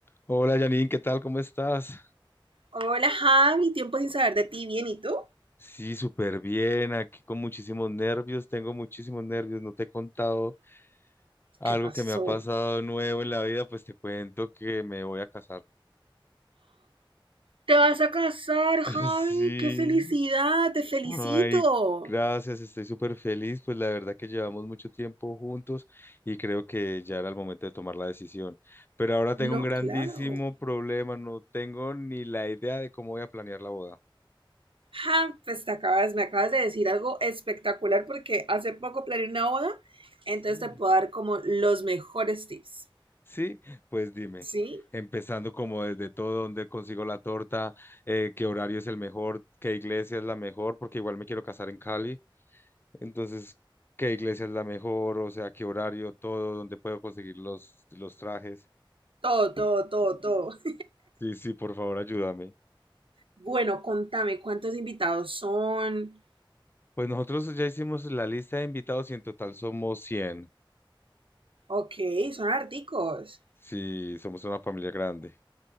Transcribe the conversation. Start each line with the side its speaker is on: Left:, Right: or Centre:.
Left: Hola Janine, ¿qué tal? ¿Cómo estás?
Right: Hola Javi, tiempo sin saber de ti, bien, ¿y tú?
Left: Sí, súper bien, aquí con muchísimos nervios, tengo muchísimos nervios, no te he contado algo
Right: ¿Qué pasó?
Left: que me ha pasado nuevo en la vida, pues te cuento que me voy a casar.
Right: ¿Te vas a casar, Javi?
Left: <laughs> Sí,
Right: ¡Qué felicidad! ¡Te felicito!
Left: ay, gracias, estoy súper feliz, pues la verdad que llevamos mucho tiempo juntos y creo que ya era el momento de tomar la decisión, pero ahora tengo
Right: No,
Left: un grandísimo
Right: claro.
Left: problema, no tengo ni la idea de cómo voy a planear la boda.
Right: Ja, pues te acabas, me acabas de decir algo espectacular porque hace poco planeé una boda, entonces
Left: Sí.
Right: te puedo dar como los mejores tips,
Left: Sí, pues dime,
Right: ¿sí?
Left: empezando como desde todo, dónde consigo la torta, Eh, qué horario es el mejor, qué iglesia es la mejor, porque igual me quiero casar en Cali, entonces, qué iglesia es la mejor, o sea, qué horario, todo, dónde puedo conseguir los, los trajes.
Right: Todo, todo, todo, todo. <laughs>
Left: Sí, sí, por favor, ayúdame.
Right: Bueno, contame, ¿cuántos invitados son?
Left: Pues nosotros ya hicimos la lista de invitados y en total somos 100.
Right: Ok, son articos.
Left: Sí, somos una familia grande.